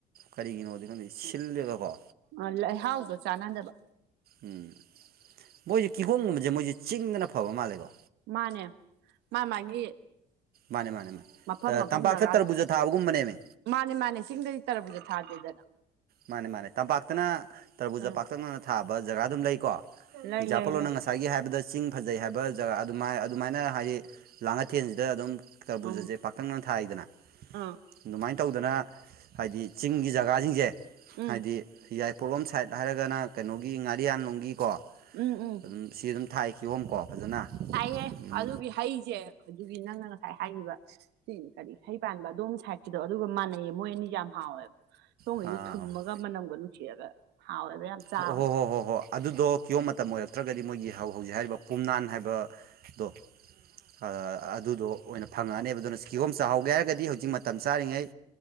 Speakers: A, on the right (about 65°); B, on the right (about 85°).
A: ꯀꯔꯤꯒꯤꯅꯣꯗꯤ ꯑꯩꯈꯣꯏ ꯁꯤꯜꯂꯦꯕꯀꯣ
B: ꯑ ꯂꯩꯍꯥꯎꯗꯣ ꯆꯅꯥꯗꯕ
A: ꯎꯝ ꯃꯣꯏꯁꯦ ꯀꯤꯍꯣꯝꯒꯨꯝꯕꯁꯦ ꯃꯣꯏꯁꯦ ꯆꯤꯡꯗꯅ ꯐꯕ ꯃꯥꯜꯂꯦꯀꯣ
B: ꯃꯥꯟꯅꯦ ꯃꯥ ꯃꯥꯒꯤ
A: ꯃꯥꯅꯦ ꯃꯥꯅꯦ ꯃꯥꯅꯦ
B: ꯃꯐꯝ ꯃꯐꯝ
A: ꯇꯝꯄꯥꯛꯇ
B: ꯖꯒꯥꯒꯤ
A: ꯇꯔꯕꯨꯖ ꯊꯥꯕꯒꯨꯝꯕꯅꯦꯃꯤ
B: ꯃꯥꯅꯦ ꯃꯥꯅꯦ ꯆꯁꯤꯡꯗꯗꯤ ꯇꯥꯔꯛꯄꯨꯖꯥ ꯊꯥꯗꯦꯗꯅ
A: ꯃꯥꯅꯦ ꯃꯥꯅꯦ ꯇꯝꯄꯥꯛꯇꯅ ꯇꯔꯕꯨꯖꯄꯥꯛꯇꯛꯅꯅ
B: ꯎꯝ
A: ꯊꯥꯕ ꯖꯒꯥ ꯑꯗꯨꯝ ꯂꯩꯀꯣ
B: ꯂꯩ
A: ꯑꯦꯛꯖꯥꯝꯄꯜꯂꯣ
B: ꯂꯩ ꯂꯩ
A: ꯅꯪ ꯉꯁꯥꯏ ꯉꯁꯥꯏꯒꯤ ꯍꯥꯏꯕꯗ ꯆꯤꯡ ꯐꯖꯩ ꯍꯥꯏꯕ ꯖꯒꯥ ꯑꯗꯨꯃꯥꯏ ꯑꯗꯨꯃꯥꯏꯅ ꯍꯥꯏꯑꯦ ꯂꯥꯡꯑꯊꯦꯟꯁꯤꯗ ꯑꯗꯨꯝ ꯀꯕꯨꯖꯁꯦ
B: ꯎꯝ
A: ꯄꯥꯛꯇꯛꯅꯅ ꯊꯥꯏꯗꯅ
B: ꯑꯥ
A: ꯑꯗꯨꯃꯥꯏꯅ ꯇꯧꯗꯅ ꯍꯥꯏꯗꯤ ꯆꯤꯡꯒꯤ ꯖꯒꯥꯁꯤꯡꯁꯦ
B: ꯎꯝ
A: ꯍꯥꯏꯗꯤ ꯌꯥꯏꯐꯂꯣꯝ ꯁꯥꯏꯠ ꯍꯥꯏꯔꯒꯅ ꯀꯩꯅꯣꯒꯤ ꯉꯥꯔꯤꯌꯥꯟꯂꯣꯝꯒꯤꯀꯣ
B: ꯎꯝ ꯎꯝ
A: ꯑꯗꯨꯝ ꯁꯤ ꯑꯗꯨꯝ ꯊꯥꯏꯈꯤꯌꯣꯝꯀꯣ ꯐꯖꯅ
B: ꯍꯥꯏꯌꯦ
A: ꯑꯗꯨꯝ
B: ꯑꯗꯨꯒꯤ ꯍꯩꯁꯦ ꯑꯗꯨꯒꯤ ꯅꯪꯅ ꯉꯁꯥꯏ ꯍꯥꯏꯈꯤꯕ ꯁꯤ ꯀꯔꯤ ꯍꯩ ꯄꯥꯟꯕ ꯑꯗꯣꯝ ꯁꯥꯏꯠꯀꯤꯗꯣ ꯑꯗꯨꯒ ꯃꯥꯟꯅꯩꯌꯦ ꯃꯣꯏ ꯑꯅꯤꯗꯤ ꯌꯥꯝ ꯍꯥꯎꯋꯦꯕ ꯁꯣꯝꯉꯩꯗ
A: ꯍꯣꯏ
B: ꯊꯨꯝꯃꯒ ꯃꯅꯝꯒ ꯅꯨꯡꯁꯤꯑꯒ ꯍꯥꯎꯋꯦꯕ ꯌꯥꯝ ꯆꯥꯕꯗ
A: ꯍꯣꯏ ꯍꯣꯏ ꯍꯣꯏ ꯍꯣꯏ ꯑꯗꯨꯗꯣ ꯀ꯭ꯌꯣꯝ ꯃꯇꯝ ꯑꯣꯏꯔꯛꯇ꯭ꯔꯒꯗꯤ ꯃꯣꯏꯒꯤ ꯍꯧ ꯍꯧꯖꯤꯛ ꯍꯥꯏꯔꯤꯕ ꯄꯨꯝꯅꯥꯟ ꯍꯥꯏꯕ ꯗꯣ ꯑꯥ ꯑꯗꯨꯗꯣ ꯑꯣꯏꯅ ꯐꯪꯉꯛꯑꯅꯦꯕ ꯑꯗꯨꯅ ꯀꯤꯍꯣꯝ ꯆꯥꯍꯧꯒꯦ ꯍꯥꯏꯔꯒꯗꯤ ꯍꯧꯖꯤꯛ ꯃꯇꯝ ꯆꯥꯔꯤꯉꯩ